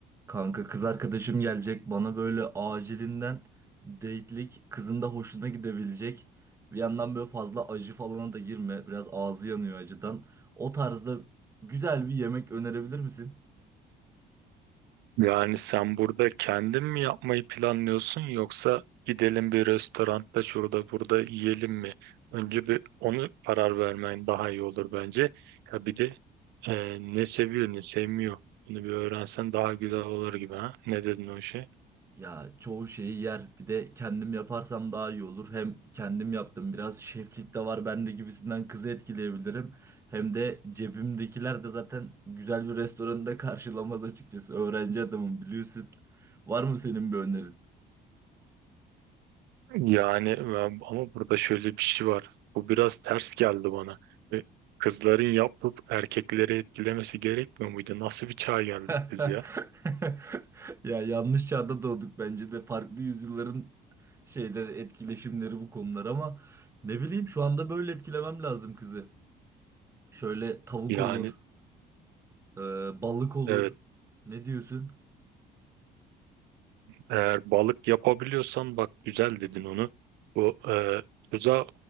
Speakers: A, on the right (about 15°); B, on the right (about 80°).
A: Kanka kız arkadaşım gelecek bana böyle acilinden date'lik kızın da hoşuna gidebilecek. Bir yandan böyle fazla acı falana da girme. Biraz ağzı yanıyor acıdan. O tarzda güzel bir yemek önerebilir misin?
B: Yani sen burada kendin mi yapmayı planlıyorsun yoksa gidelim bir restoranda şurada burada yiyelim mi? Önce bir onu karar vermen daha iyi olur bence. Ya bir de e, ne seviyor ne sevmiyor. Bunu bir öğrensen daha güzel olur gibi ha. Ne dedin o şey?
A: Ya çoğu şeyi yer. Bir de kendim yaparsam daha iyi olur. Hem kendim yaptım biraz şeflik de var bende gibisinden kızı etkileyebilirim. Hem de cebimdekiler de zaten güzel bir restoranda karşılamaz açıkçası. Öğrenci adamım biliyorsun. Var mı senin bir önerin?
B: Yani ben- ama burada şöyle bir şey var. Bu biraz ters geldi bana. E, Kızların yapıp erkekleri etkilemesi gerekmiyor muydu? Nasıl bir çağa geldik
A: <laughs>
B: biz ya?
A: Ya yanlış çağda doğduk bence de farklı yüzyılların şeyleri etkileşimleri bu konular ama ne bileyim şu anda böyle etkilemem lazım kızı. Şöyle tavuk
B: Yani
A: olur, e, balık olur.
B: evet
A: Ne diyorsun?
B: eğer balık yapabiliyorsan bak güzel dedin onu. Bu e, tuza